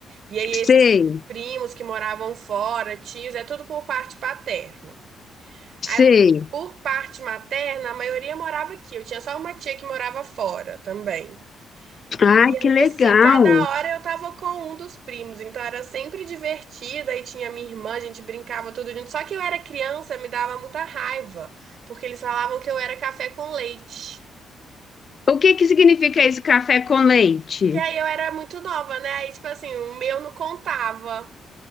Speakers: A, on the right; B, on the left.
A: E aí esses
B: sei,
A: primos que moravam fora, tios, é tudo por parte paterna.
B: sei.
A: Aí, por parte materna, a maioria morava aqui. Eu tinha só uma tia que morava fora também.
B: Ai,
A: E aí,
B: que
A: assim,
B: legal.
A: cada hora eu tava com um dos primos, então era sempre divertida. E tinha minha irmã, a gente brincava tudo junto. Só que eu era criança, me dava muita raiva, porque eles falavam que eu era café com leite.
B: O que que significa esse café com leite?
A: Que aí eu era muito nova, né? Aí, tipo assim, o meu não contava.